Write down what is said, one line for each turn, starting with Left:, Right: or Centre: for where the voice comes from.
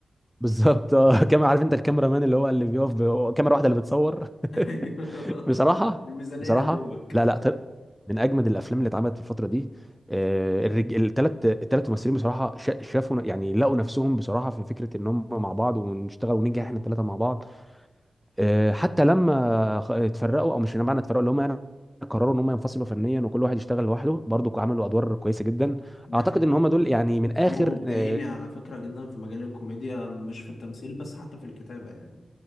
Centre: <laughs> بالظبط آه، كما عارف انت الكاميرا مان اللي هو اللي بيقف ب- كاميرا واحده اللي بتصور
Left: ايوه
Centre: <laughs>
Left: <laughs>
Centre: بصراحة
Left: الميزانية
Centre: بصراحة
Left: يا دوبك
Centre: لا لا طب من أجمد الأفلام اللي اتعملت في الفترة دي آه،
Left: دي حقيقة
Centre: الرج... التلات التلات ممثلين بصراحة شا- شافوا يعني لقوا نفسهم بصراحة في فكرة إن هم مع بعض ونشتغل وننجح
Left: مم.
Centre: إحنا التلاتة مع بعض آه، حتى لما خ- اتفرقوا أو مش معنى اتفرقوا اللي هم يعني قرروا إن هم ينفصلوا فنيا وكل واحد يشتغل لوحده برضو عملوا أدوار كويسة جدا
Left: دي
Centre: أعتقد
Left: حقيقة
Centre: إن هم دول يعني من آخر
Left: هما مبدعين
Centre: آه،
Left: على فكرة جدا في مجال الكوميديا مش في التمثيل بس حتى في الكتابة يعني